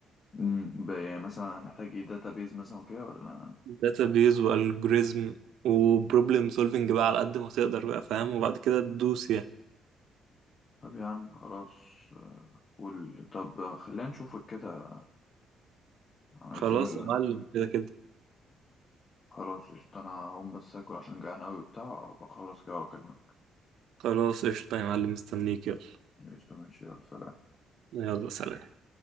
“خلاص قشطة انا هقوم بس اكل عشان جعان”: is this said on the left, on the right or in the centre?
Left